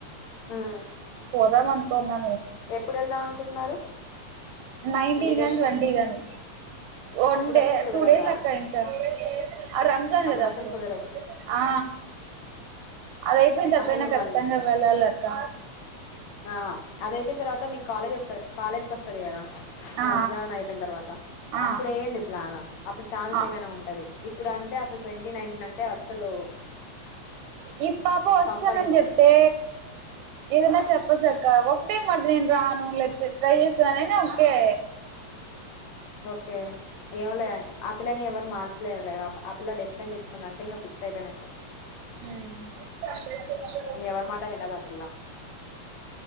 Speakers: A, on the left; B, on the right.
A: ఉమ్
B: పోదామా కొన్నా
A: ఎప్పుడు వెళ్దాం అనుకుంటున్నారు
B: నైన్టీన్
A: ఎన్ని డేస్
B: కాని ట్వంటీ
A: లో
B: కాని వన్
A: అప్పుడు
B: డే
A: అస్సలు కుదరదురా
B: టూ డేస్ అక్క ఇంకా రంజాన్ కదా
A: అస్సలు
B: అప్పుడు
A: కుదరదు
B: ఆ అదైపోయిన తర్వాతైన
A: అసలు
B: ఖచ్చితంగా
A: వాళ్ళు
B: వెళ్లాలక్క
A: ఆ అది అయిపోయిన తర్వాత మీ కాలేజ్ వస్ <unintelligible> కాలేజ్ వస్తాది కదా
B: ఆ
A: రంజాన్ అయిపోయిన తర్వాత
B: ఆ
A: అప్పుడేయండి ప్లాన్ అప్పుడు ఛాన్స్
B: ఆ
A: ఏమైనా ఉంటది ఇప్పుడు అంటే అసలు ట్వంటీ నైన్టీన్ అంటే టే అస్సలు
B: ఈ పాప వస్తుందన్
A: పంపరు ఇంట్లో
B: చెప్తే
A: కూడా
B: ఏదన్నా చెప్ చూసాక ఒకటే మాట నేను రాను <unintelligible> ట్రై చేస్త నేను ఒకే
A: ఓకే ఏమో లే ఆపిల్ల ని ఎవరు మార్చలేరులే ఒక ఆ పిల్ల డెసిషన్ తీసుకు కుంది అంటే ఇంకా ఫిక్స్ అయిపోయినట్టే
B: మ్మ్
A: ఎవరి మాట వినదు ఆ పిల్ల